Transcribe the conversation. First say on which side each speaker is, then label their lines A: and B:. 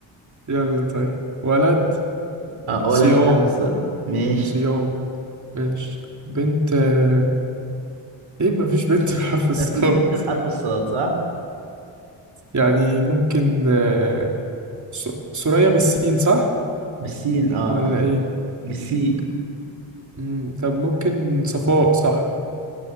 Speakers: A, on the right; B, on the right.
A: يلا طيب ولد
B: اه ولد
A: صيام
B: بحرف الصاد ماشي
A: صيام ماشي بنت آه، ايه مفيش بنت بحرف الصاد
B: في انت بحرف الصاد صح
A: يعني ممكن آه، س- سوريا بالسين صح
B: بالسين اه
A: ولا ايه
B: بالسين
A: مم. طب ممكن صفاء صح